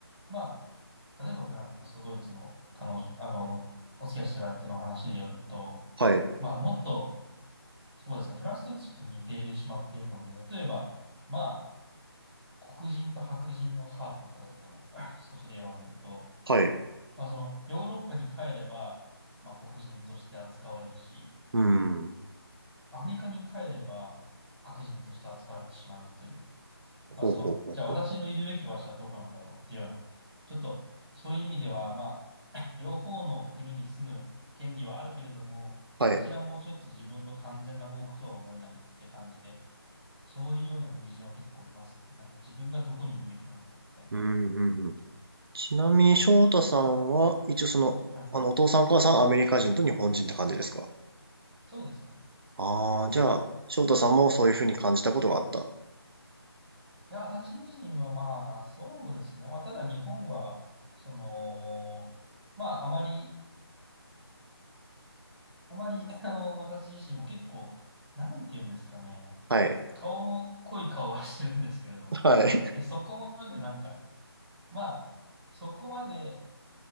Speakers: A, in the centre; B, on the right.
A: まあ例えばフランスとドイツの彼女、あの、お付き合いしてる相手の話によると、
B: はい、
A: まあもっと、そうですね、フランスとドイツと似てしまっているので、例えば、まあ、黒人と白人のハーフの方とかの <laughs> 少し例を挙げると、
B: はい。
A: まあその、ヨーロッパに帰れば、まあ黒人として扱われるし、
B: うん。
A: アフリカに帰れば白人として扱われてしまうという、
B: ほうほうほうほう。
A: まあその、じゃあ私のいるべき場所はどこなんだろうっていうような、ちょっとそういう意味では、まあ、<laughs> 両方の国に住む権利はあるけれども、
B: はい。
A: どちらもちょっと自分の完全な母国とは思えないって感じで、そういうような友人は結構いますね。なんか自分がどこにいるべきなのかみたいな。
B: うん、うん、うん。ちなみに、翔太さんは、一応その、
A: はい。
B: あの、お父さん、お母さん、アメリカ人と日本人って感じですか
A: そうですね。
B: ああー、じゃあ、翔太さんもそういうふうに感じたことがあった。
A: いや、私自身はまあ、そうですね。まあ、ただ日本は、その、まあ、あまり、あまり、<laughs> あの、私自身も結構、なんて言うんですかね。
B: はい、
A: 顔の濃い顔はしてるんですけれども、
B: はい。
A: え、そこまでなんか、まあ、そこまで